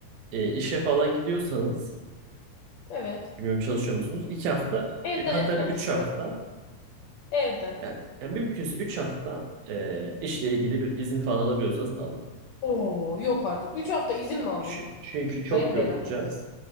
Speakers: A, on the right (about 85°); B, on the left (about 65°).
A: e, işe falan gidiyorsanız
B: Evet.
A: bilmiyorum çalışıyor musunuz? İki hafta
B: Evden
A: bir- hatta
B: çalışıyorum.
A: bir üç hafta
B: Evden.
A: Yani, yani mümkünse 3 hafta e, işle ilgili bir izin falan alabiliyorsanız alın.
B: Oo yok artık. Üç hafta izin mi alınır?
A: ç- Çünkü çok
B: Sayın
A: yorulacağız.
B: Berat Bey.